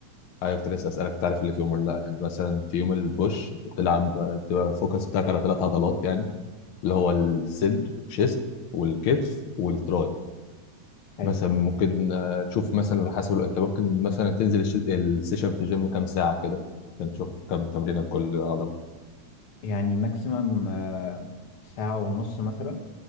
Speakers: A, on the left; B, on the left.
A: ايوه كنت لسه اسالك تعرف اللي في يوم ولا لا يعني مثلا في يوم البوش بتلعب بتبقى الفوكس بتاعك على ثلاث عضلات يعني اللي هو الصدر الشيست والكتف والتراي
B: حلو
A: مثلا ممكن آه، تشوف مثلا حسب انت ممكن مثلا تنزل الش- السيشن في الجيم كام ساعه كده عشان تشوف كام تمرينه لكل عضله
B: يعني ماكسيمم ساعة ونص مثلا